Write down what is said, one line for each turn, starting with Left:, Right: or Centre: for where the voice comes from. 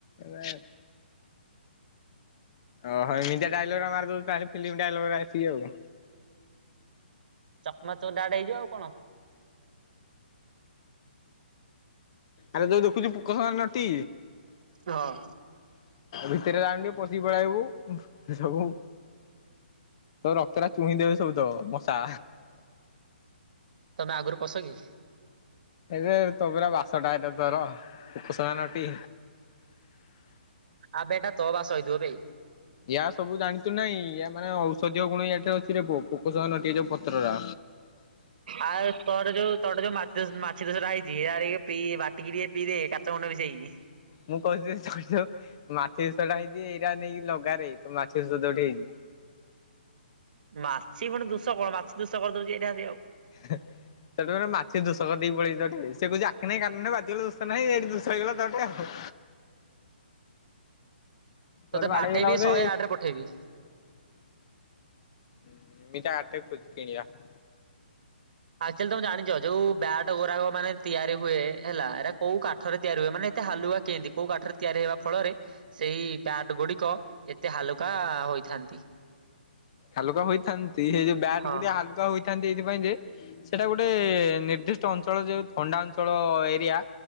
Left: ହେ <inaudible> ଓହ ଏମିତିଆ ଡାଇଲଗରା ମାରିଦଉଚୁ ତାହେଲେ ଫିଲ୍ମ ଡାଇଲଗରା ଆସିକି ଆଉ
Right: ଚକମାଚୋର ଡାଇରେକଟ ହେଇଯିବ ଆଉ କଣ
Left: ଆରେ ଯଉ ଦେଖୁଚୁ ପୋକଖାଇବା ନଟି
Right: ହଁ।
Left: ଭିତରେ ଯାଉନୁ ଟିକେ ପଶିକି ପଳେଇଆଇବୁ ଉହୁଁ ସବୁ। ତ ରକ୍ତରା ଚୁହିଁ ଦେବେ ସବୁତକ ମଶା।
Right: ତମେ ଆଗରୁ ପଶ କି?
Left: ଏବେ ତୋ ପୁରା ବାସଟା ଏଇଟା ତୋର। ପୋକସୁଂଗା ନଟି।
Right: ଆବେ ଏଟା ତୋ ବାସ ହେଇଥିବ ବେ।
Left: ୟା ସବୁ ଜାଣିଚୁନାଇଁ ୟା ମାନେ ଔଷଧୀୟ ଗୁଣ ୟାଠେ ଅଛି ରେ ପୁଅ ପୋକସୁଂଗା ନଟିକେ ଏ ଯୋଉ ପତ୍ରରା।
Right: ଆଉ ତୋର ଯୋଉ ତୋଠେ ଯୋଉ ମାଛି ଦୋଷ ମାଛି ଦୋଷଟା ହେଇଛି ହିଆଡେ ଇଏ ପିଇ ବାଟିକି ଟିକେ ପିଇଦେ ତା ତ ମୁଣ୍ଡ ବି ସେଇ।
Left: ମୁଁ କହୁଛି ଯଉ ତୋଠିଯଉ ମାଛି ଦୋଷଟା ହେଇଛି ଏଇରା ନେଇକି ଲଗାରେ ତୋ ମାଛି ଦୋଷ ତୋଠେ ହେଇଛି
Right: ମାଛି ପୁଣି ଦୁଶ କଣ ମାଛି ଦୁଶ କରି ଦଉଚି ଏଇଠେ ଆସିକି ଆଉ।
Left: ହେ ହେ ସେଠୁ ଫେରେ ମାଛିଦୋଷ କରିଦେଇକି ପଳେଇ ତୋଠେ ସେ କହୁଛି ଆଖି ନାଇଁ କାନ ବାଜିିଗଲେ ଦୋଷ ଷ ନାଇଁ ଏଇଠି ଦୁଷହେଇଗଲା ତଠେ ଆଉ। ତୋଠୁ
Right: ତୋତେ
Left: ବାଡ଼େଇ
Right: ବାଡେଇବି
Left: ହେଇଗଲା ବୋଧେ।
Right: ଶହେ ଆଠ ରେ ପଠେଇବି।
Left: <unintelligible>
Right: ଆକ୍ଚୁଆଲି ତମେ ଜାଣିଛ ଯୋଉ ବ୍ୟାଟ ଗୁରାକ ମାନେ ତିଆରି ହୁଏ ହେଲା ଏରା କୋଉ କାଠରେ ତିଆରି ହୁଏ ମାନେ ଏତେ ହାଲୁକା କେମିତି କୋଉ କାଠରେ ତିଆରି ହେବା ଫଳରେ ସେଇ ବ୍ୟାଟ ଗୁଡ଼ିକ ଏତେ ହାଲୁକା ହୋଇଥାନ୍ତି।
Left: ହାଲୁକା ହୋଇଥାନ୍ତି ସେଇ ଯୋଉ ବ୍ୟାଟ
Right: ହଁ।
Left: ଗୁଡ଼ିଏ ହାଲୁକା ହୋଇଥାନ୍ତି ଏଇଥିପାଇଁ ଯେ ସେଇଟା ଗୋଟେ ନିର୍ଦ୍ଦିଷ୍ଟ ଅଞ୍ଚଳ ଯୋଉ ଥଣ୍ଡା ଅଞ୍ଚଳ ଏରିଆ